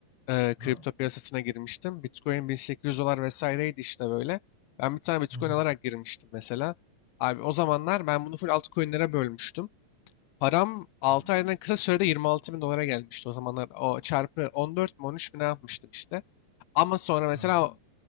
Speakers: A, on the left (about 80°); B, on the left (about 30°).
A: e,
B: Ha.
A: kripto piyasasına girmiştim. Bitcoin 1800 dolar vesaireydi işte böyle. Ben bir tane Bitcoin
B: Hı hı.
A: alarak girmiştim mesela. Abi o zamanlar ben bunu full altcoin'lere bölmüştüm. Param 6
B: Hı hı.
A: aydan kısa sürede 26 bin dolara gelmişti. O zamanlar o çarpı 14 mi 13 mi ne yapmıştım işte. Ama sonra mesela
B: Hı hı.
A: o